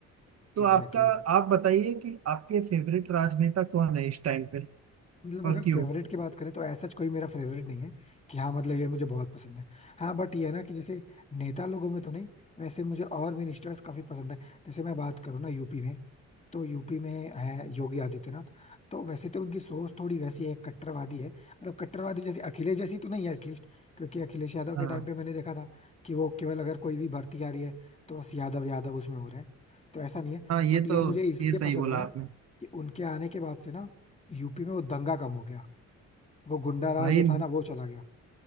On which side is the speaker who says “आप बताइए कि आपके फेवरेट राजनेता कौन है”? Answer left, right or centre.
Right